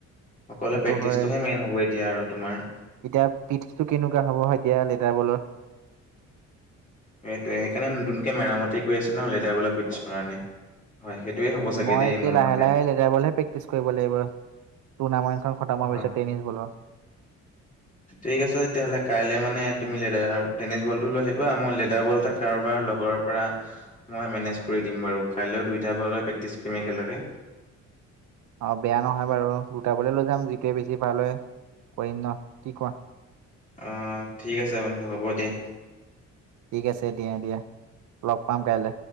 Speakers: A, on the left (about 25°); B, on the right (about 75°).
A: অকলে
B: সেইটো
A: প্ৰেক্টিচটোহে
B: হয়
A: মেইন হ'ব এতিয়া আৰু তোমাৰ
B: এতিয়া পিটটো কেনেকুৱা হ'ব হয় এতিয়া লেটাৰ বলৰ।
A: সেইটোয়ে সেইকাৰণে নতুনকে মেৰামতি কৰি আছোঁ ন লেডাৰ বলৰ পিছৰ কাৰণে। হয় সেইটোয়ে হ'ব চাগে
B: মই
A: দেই
B: এতিয়া
A: মোৰ
B: লাহে
A: মতে।
B: লাহে লেডাৰ বলহে প্ৰেক্টিচ কৰিব লাগিব। তোনামৰ সেইখন খটম
A: অ',
B: হোৱা পাছত টেনিছ বলৰ।
A: ঠিক আছে তেতিয়াহ'লে কাইলে মানে তুমি লেডাৰ টেনিছ বলটো লৈ আহিবা মই লেডাৰ বল এটা কাৰোবাৰ লগৰ পৰা মই মেনেজ কৰি দিম বাৰু কাইলৈও দুইটা বজত প্ৰেক্টিছ কৰিম একেলগে।
B: অ বেয়া নহয় বাৰু দুটা বলে লৈ যাম যিটোৱে বেছি ভাল হয় কৰিম ন কি কোৱা?
A: অ ঠিক আছে বন্ধু হ'ব দিয়া।
B: ঠিক আছে দিয়া দিয়া লগ পাম কাইলে।